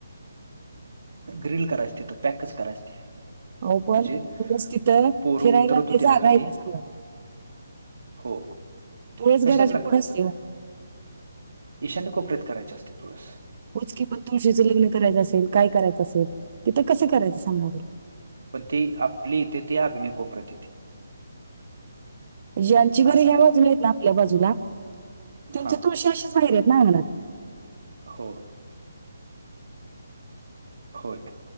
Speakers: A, on the right; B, on the right.
A: ग्रिल करायचते तिथ पॅकच करायच ते.
B: अहो पण
A: म्हणजे
B: तुळस तिथं
A: पोरं
B: फिरायला
A: उतरत
B: ते
A: होती
B: जागा
A: ना खाली
B: आहे का सांगा बरं?
A: हो
B: तुळस
A: कशाला
B: घराच्या
A: लाग
B: पुढे
A: त्याच
B: असते हो
A: ईशान्य कोपरत करायचे असते तुळस.
B: होच कि पण तुळशीचे लग्न करायचं असेल काय करायचं असेल तिथ कसे करायचं सांगा बर.
A: पण ती आपली इथे ती आग्नेय कोपऱ्यात येते
B: ज्यांची घरी
A: असं
B: ह्या
A: आहे
B: बाजूला आहेत ना आपल्या बाजूला त्यांच्या
A: हां
B: तुळशी अशेच बाहिर आहेत ना अंगणात
A: हो होय.